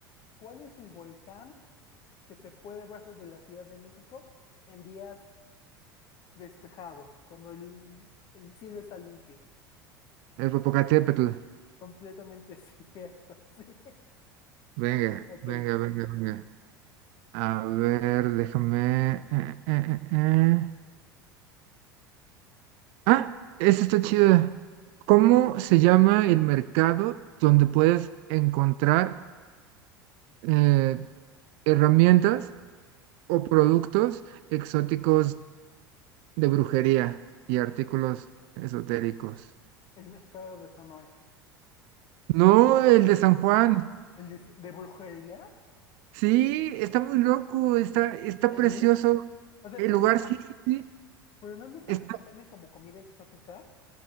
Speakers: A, on the left; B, on the right.
A: ¿cuál es el volcán que se puede ver desde la Ciudad de México en días despejados, cuando el, el cielo está limpio.
B: El Popocatépetl.
A: Completamente <laughs> cierto, sí.
B: Venga,
A: Ok,
B: venga, venga, venga. A ver, déjame. eh, eh, eh, eh. Ah, esta está chida. ¿Cómo se llama el mercado donde puedes encontrar eh, herramientas o productos exóticos de brujería y artículos esotéricos?
A: el mercado de Sonora.
B: No, el de San Juan.
A: ¿El de, de brujería?
B: Sí, está muy loco, está, está
A: Sí.
B: precioso.
A: O sea,
B: El
A: pero,
B: lugar
A: el de San-
B: sí, sí, sí,
A: pero no el de San
B: está,
A: Juan vende como comida exótica.